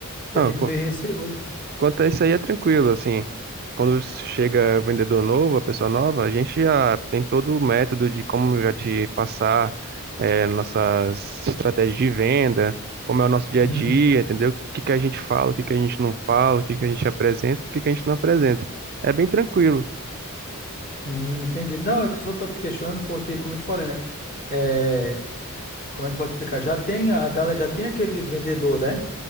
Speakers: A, on the left; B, on the right.
A: Eu
B: Não,
A: fico
B: qu-
A: meio receoso.
B: quanto a isso aí é tranquilo, assim. Quando chega vendedor novo, a pessoa nova, a gente já tem todo o método de como já te passar eh, nossas estratégias de venda, como é o nosso dia
A: Uhum.
B: a dia, entendeu? O que que a gente fala, o que que a gente não fala, o que que a gente apresenta, o que que a gente não apresenta. É bem tranquilo.
A: Hum, entendi. Não, é que eu só tô questionando porque, como eu te falei, né? É, como é que eu posso explicar? Já tem, a galera já tem aqueles vendedores, né?